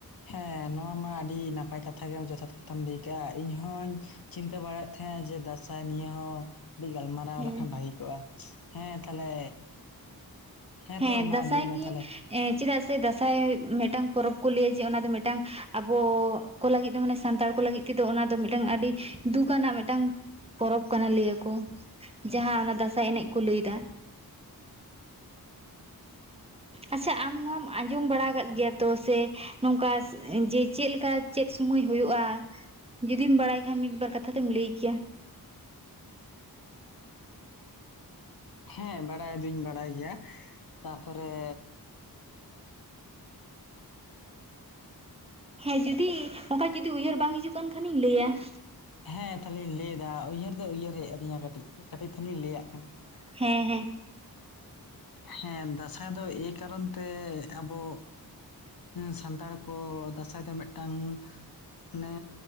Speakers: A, on the left; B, on the right.
A: ᱦᱮᱸ ᱱᱚᱣᱟ ᱢᱟ ᱟᱹᱰᱤ ᱱᱟᱯᱟᱭ ᱠᱟᱛᱷᱟ ᱜᱮᱢ ᱡᱚᱛᱷᱟᱛ ᱠᱟᱛᱷᱟᱢ ᱞᱟᱹᱭ ᱠᱟᱜ-ᱟ ᱾ ᱤᱧᱦᱚᱧ ᱪᱤᱱᱛᱟᱹ ᱵᱟᱲᱟᱭᱮᱫ ᱛᱟᱦᱮᱸᱦᱱᱟ ᱡᱮ ᱫᱟᱸᱥᱟᱭ ᱱᱤᱭᱟᱹ ᱦᱚᱸ ᱟᱹᱰᱤ ᱜᱟᱞᱢᱟᱨᱟᱣ
B: ᱦᱮᱸ
A: ᱞᱮᱠᱷᱟᱱ ᱵᱷᱟᱹᱜᱤ ᱠᱚᱜ-ᱟ ᱾ ᱦᱮᱸ ᱛᱟᱦᱮᱞᱮ ᱦᱮᱸᱛᱚᱵᱮ
B: ᱦᱮᱸ
A: ᱢᱟ
B: ᱫᱟᱸᱥᱟᱭ
A: ᱞᱟᱹᱭ ᱢᱮ
B: ᱱᱤᱭᱮ
A: ᱛᱟᱦᱚᱞᱮ ᱾
B: ᱪᱮᱫᱟᱜ ᱥᱮ ᱫᱟᱸᱥᱟᱭ ᱢᱤᱫᱴᱟᱝ ᱯᱚᱨᱚᱵᱽ ᱠᱚ ᱞᱟᱹᱭᱟ ᱡᱮ ᱚᱱᱟ ᱫᱚ ᱢᱤᱫᱴᱟᱝ ᱟᱵᱚ ᱟᱵᱚ ᱠᱚ ᱞᱟᱹᱜᱤᱫ ᱫᱚ ᱢᱟᱱᱮ ᱥᱟᱱᱛᱟᱲ ᱠᱚ ᱞᱟᱹᱜᱤᱫ ᱛᱮᱫᱚ ᱚᱱᱟ ᱫᱚ ᱢᱤᱫᱴᱟᱝ ᱟᱹᱰᱤ ᱫᱩᱠ ᱟᱱᱟᱜ ᱢᱤᱫᱴᱟᱝ ᱯᱚᱨᱚᱵᱽ ᱠᱟᱱᱟ ᱞᱟᱹᱭᱟᱠᱚ ᱾ ᱡᱟᱦᱟᱸ ᱚᱱᱟ ᱫᱟᱸᱥᱟᱭ ᱮᱱᱮᱡ ᱠᱚ ᱞᱟᱹᱭ ᱮᱫᱟ᱾ ᱟᱪᱪᱷᱟ ᱟᱢ ᱱᱚᱣᱟᱢ ᱟᱸᱡᱚᱢ ᱵᱟᱲᱟ ᱟᱠᱟᱫ ᱜᱮᱭᱟ? ᱛᱚ ᱥᱮ ᱱᱚᱝᱠᱟ ᱡᱮ ᱪᱮᱫ ᱞᱮᱠᱟ ᱪᱮᱫ ᱥᱚᱢᱚᱭ ᱦᱩᱭᱩᱜᱭ-ᱟ? ᱡᱩᱫᱤᱢ ᱵᱟᱲᱟᱭ ᱠᱷᱟᱱ ᱢᱤᱫ ᱵᱟᱨ ᱠᱟᱛᱷᱟ ᱛᱮᱢ ᱞᱟᱹᱭ ᱠᱮᱭᱟ ᱾
A: ᱦᱮᱸ ᱵᱟᱲᱟᱭ ᱫᱩᱧ ᱵᱟᱲᱟᱭ ᱜᱮᱭᱟ ᱾ ᱛᱟᱯᱚᱨᱮ
B: ᱦᱮᱸ ᱡᱩᱫᱤ ᱚᱱᱠᱟ ᱡᱩᱚᱫᱤ ᱩᱭᱦᱟᱹᱨ ᱵᱟᱝ ᱦᱤᱡᱩᱜ ᱠᱟᱱ ᱠᱷᱟᱱᱤᱧ ᱞᱟᱹᱭᱟ ᱾
A: ᱦᱮᱸ ᱛᱟᱦᱚᱞᱮᱧ ᱞᱟᱹᱭ ᱮᱫᱟ ᱾ ᱩᱭᱦᱟᱹᱨ ᱫᱚ ᱩᱭᱦᱟᱹᱨ ᱦᱮᱡ ᱟᱹᱫᱤᱧᱟ ᱠᱟᱹᱴᱤᱡ, ᱠᱟᱹᱴᱤᱡ ᱛᱟᱦᱚᱞᱤᱧ ᱞᱟᱹᱭᱟᱜ ᱠᱟᱱᱟ ᱾
B: ᱦᱮᱸ ᱦᱮᱸ
A: ᱦᱮᱸ ᱫᱟᱸᱥᱟᱭ ᱫᱚ ᱮᱭ ᱠᱟᱨᱚᱱ ᱛᱮ ᱟᱵᱚ ᱮᱸ ᱥᱟᱱᱛᱟᱲ ᱠᱚ ᱫᱟᱸᱥᱟᱭ ᱫᱚ ᱢᱤᱫᱴᱟᱝ ᱢᱟᱱᱮ